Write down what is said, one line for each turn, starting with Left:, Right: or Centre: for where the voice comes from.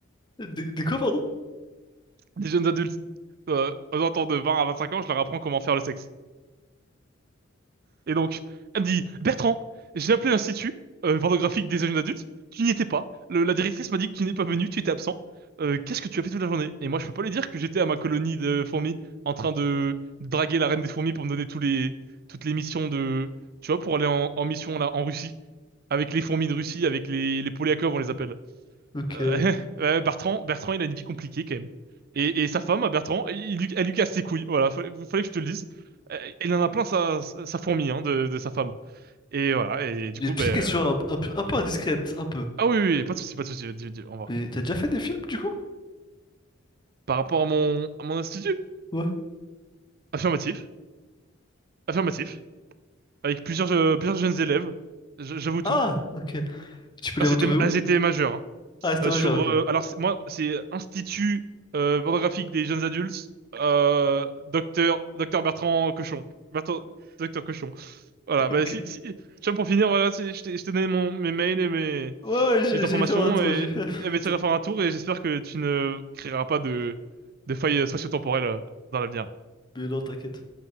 Left: Des, des quoi, pardon?
Right: Des jeunes adultes. Euh, aux alentours de 20 à 25 ans, je leur apprends comment faire le sexe. Et donc, elle me dit, Bertrand, j'ai appelé l'institut euh, pornographique des jeunes adultes, tu n'y étais pas. Le- la directrice m'a dit que tu n'es pas venu, tu étais absent. Euh, qu'est-ce que tu as fait toute la journée? Et moi, je peux pas lui dire que j'étais à ma colonie de fourmis en train de draguer la reine des fourmis pour me donner tous les, toutes les missions de, tu vois, pour aller en, en mission là, en Russie, avec les fourmis de Russie, avec les, les Polyakov, on les appelle.
Left: Ok.
Right: Euh,
Left: Ouais.
Right: <laughs> euh, Bertrand, Bertrand, il a une vie compliquée quand même. Et, et sa femme, Bertrand, il, lui- elle lui casse ses couilles. Voilà, fallait, fallait que je te le dise. Euh, Il en a plein sa, sa fourmi hein, de, de sa femme. Et voilà, et du
Left: J'ai
Right: coup,
Left: une petite
Right: ben. euh,
Left: question un, un peu un peu indiscrète, un peu.
Right: Ah oui, oui, oui, pas de souci, pas de souci. dis- dis- Au revoir.
Left: Mais t'as déjà fait des films, du coup?
Right: Par rapport à mon, à mon institut,
Left: Ouais.
Right: affirmatif, affirmatif, avec plusieurs, euh, plusieurs jeunes élèves, je- j'avoue tout.
Left: Ah, ok. Tu peux
Right: Elles
Left: les retrouver
Right: étaient,
Left: où?
Right: elles étaient majeures, hein.
Left: Ah, c'était
Right: Euh,
Left: majeur,
Right: sur,
Left: ok.
Right: euh, alors c'est- moi, c'est Institut euh, pornographique des jeunes adultes, euh, docteur, docteur Bertrand Cochon, Bertrand, docteur Cochon. Voilà.
Left: Ok.
Right: Bah, si, si, tu vois, pour finir, voilà, c'est- je t'ai je t'ai donné mon, mes mails et mes,
Left: Ouais, ouais, j'ai
Right: mes informations
Left: j'ai fait un tour,
Right: et
Left: j'ai fait un
Right: elle va essayer
Left: tour.
Right: de faire un tour et j'espère que tu ne créeras pas de, de failles euh, spatio-temporelles euh, dans l'avenir.
Left: Mais non, t'inquiète.